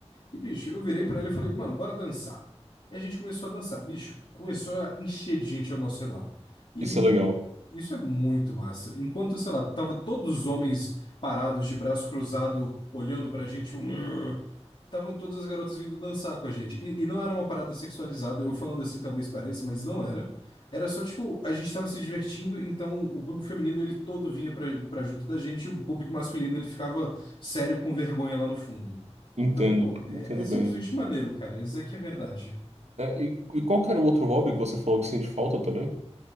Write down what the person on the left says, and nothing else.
e, bicho, eu virei pra ele e falei, mano, bora dançar. E a gente começou a dançar. Bicho, começou a encher de gente ao nosso redor. E
isso é muito massa. Enquanto, sei lá, tava todos os homens parados, de braço cruzado, olhando pra gente, "Urgh", estavam todas as garotas vindo dançar com a gente. E, e não era uma parada sexualizada, eu falando assim talvez pareça, mas não era. Era só, tipo, a gente tava se divertindo, então o público feminino, ele todo vinha pra, pra junto da gente, e o público masculino, ele ficava sério com vergonha lá no fundo.
Então, pô, é,
é simplesmente
maneiro, cara. Isso aqui é verdade.